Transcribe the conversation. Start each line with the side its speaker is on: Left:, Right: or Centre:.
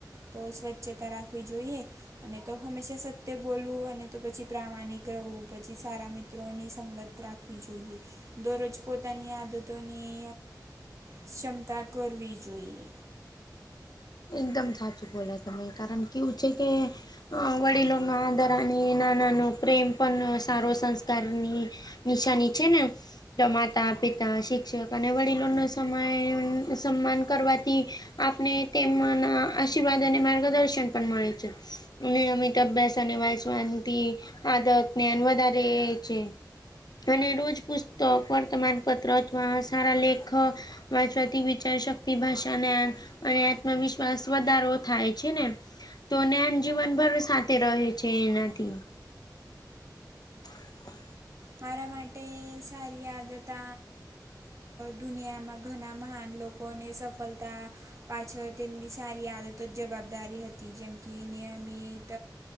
Right: તો સ્વચ્છતા રાખવી જોઈએ. અને તો હંમેશા સત્ય બોલવું અને તો પછી પ્રામાણિક રહવું, પછી સારા મિત્ર ની સંગત રાખવી જોઈએ દરરોજ પોતાની આદતોની ક્ષમતા કરવી જોઈએ.
Left: એકદમ સાચું બોલા તમે કારણ કેવું છે કે વડીલોનો આદર ના, નાનો પ્રેમ પણ સારો સંસ્કારની નિશાની છે, ને તો માતા-પિતા શિક્ષક અને વડીલોનો સમય સન્માન કરવાથી આપને તેમના આશીર્વાદ અને માર્ગદર્શન પણ મળે છે. નિયમિત અભ્યાસ અને વાંચવાથી આદત જ્ઞાન વધારે છે. અને રોજ પુસ્તક વર્તમાનપત્ર અથવા સારા લેખક માથી વિચાર શક્તિ, ભાષા, જ્ઞાન અને ન વિશ્વાસ વધારો થાય છે ને. તો ને જીવનભર સાથે રહે છે, એનાથી <inaudible>
Right: મારા માટે સારી આદત ત દુનિયામાં ઘણા મહાન લોકોને સફળતા પાછળ તેમની સારી આદતો જ જવાબદારી હતી જેમ કે નિયમિત